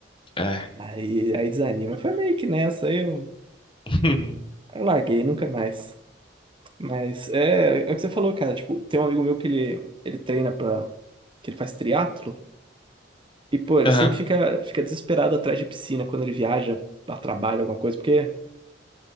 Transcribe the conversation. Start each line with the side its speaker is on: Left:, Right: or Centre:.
Left: É.
Right: Aí, aí desanima. Foi meio que nessa, aí eu,
Left: <laughs>
Right: eu larguei, nunca mais. Mas é, é o que você falou, cara. Tipo, tem um amigo meu que ele, ele treina pra. que ele faz triatlo e, pô, ele
Left: Aham,
Right: sempre fica, fica desesperado atrás de piscina quando ele viaja a trabalho, alguma coisa, porque